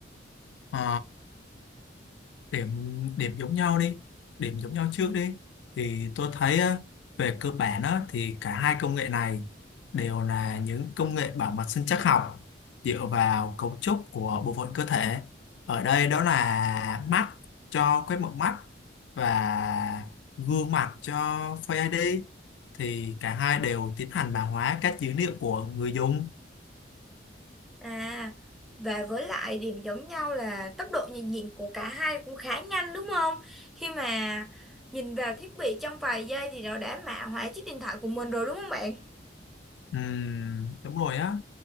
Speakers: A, on the left; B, in the centre.
A: Ờ, điểm điểm giống nhau đi điểm giống nhau trước đi thì tôi thấy á, về cơ bản á, thì cả hai công nghệ này đều là những công nghệ bảo mật sinh trắc học dựa vào cấu trúc của bộ phận cơ thể ở đây đó là mắt cho quét mống mắt và gương mặt cho Face ID thì cả hai đều tiến hành mã hóa các dữ liệu của người dùng
B: À và với lại điểm giống nhau là tốc độ nhận diện của cả hai cũng khá nhanh đúng không? Khi mà nhìn vào thiết bị trong vài giây thì nó đã mã hóa chiếc điện thoại của mình rồi đúng không bạn?
A: Ừm, đúng rồi á